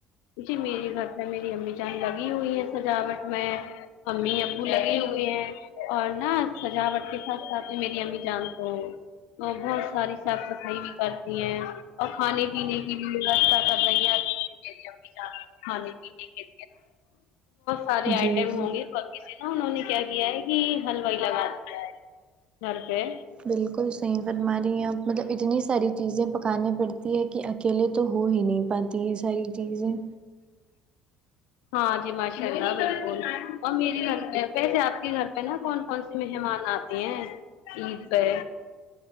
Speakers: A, on the left; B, on the right.
A: جی میری گھر پہ میری امی جان لگی ہوئی ہے سجاوٹ میں امی ابو لگے ہوئے ہیں اور نہ سجاوٹ کے ساتھ ساتھ میں میری امی جان تو بہت ساری صاف صفائی بھی کرتی ہیں اور کھانے پینے کی بھی ویوستھا کر <unintelligible> کھانے کی سارے
B: جی
A: آئٹم
B: جی
A: ہونگے نا تو انہوں نے کیا کیا ہے کہ ہلوائی لگا دیا ہے گھر پہ
B: بالکل صحیح فر مارہی ہیں آپ مطلب اتنی ساری چیزیں پکانانی پڑتی ہے کہ اکیلے تو ہو ہی نہیں پاتی یہ ساری چیزیں
A: ہاں جی ماشاء اللہ بالکل اور میری گھر پہ پیسے آپ کے گھر پہ نا کون کون سے مہمان آتے ہیں عید پہ